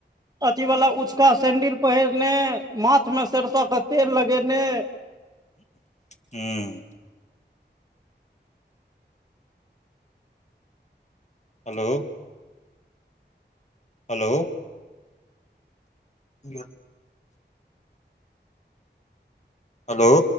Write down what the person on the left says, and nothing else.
हूँ हेलो हेलो ह हेलो